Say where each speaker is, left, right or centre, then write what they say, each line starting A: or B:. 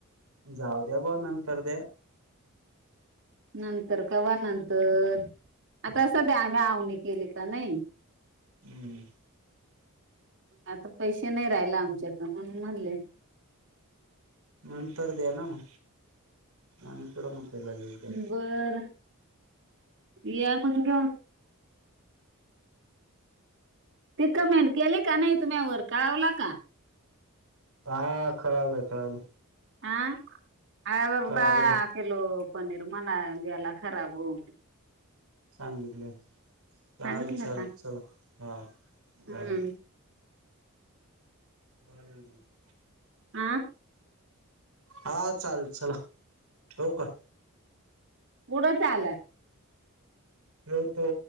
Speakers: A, on the right (about 80°); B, on the right (about 55°).
A: जाऊ द्या बुवा नंतर द्या.
B: नंतर कवा नंतर? आता सद्या आम्ही आवनी केली का नाही.
A: हम्म.
B: आता पैसे नाही राहिल आमच्या कड म्हणून म्हणले.
A: नंतर द्या ना म, आमी कुठ म्हणतो लगेच द्या
B: बर, या मंग घेवुन. ति कमेंड केले का नाही, तुमी यावर कळवला का?
A: हा कळवल कळवल.
B: हां? अर्धा
A: कळावलं
B: किलो पनीर म्हणा गेला खराब होऊन.
A: सांगितलय चाल
B: सांगितलं
A: चाल
B: का
A: चला हां
B: हम्म
A: जाऊ. <inaudible>
B: आं
A: हा चाल चला, ठिवु का?
B: कूढ चाल?
A: ठेवतो.